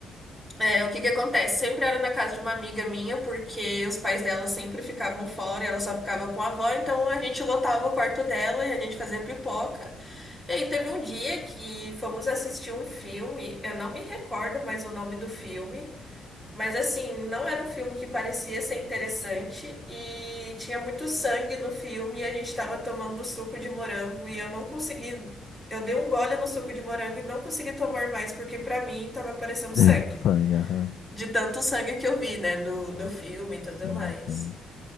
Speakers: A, in the centre; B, on the left (about 75°).
A: é, o que que acontece? Sempre era na casa de uma amiga minha, porque os pais dela sempre ficavam fora, e ela só ficava com a avó, então a gente lotava o quarto dela e a gente fazia pipoca. E aí, teve um dia que fomos assistir um filme, eu não me recordo mais o nome do filme, mas assim, não era um filme que parecia ser interessante e tinha muito sangue no filme e a gente estava tomando suco de morango e eu não consegui, eu dei um gole no suco de morango e não consegui tomar mais porque pra mim tava parecendo
B: <laughs>
A: sangue,
B: Sangue, aham.
A: de tanto sangue que eu vi, né, do,
B: Nossa.
A: do filme e tudo
B: Sim,
A: mais.
B: sim.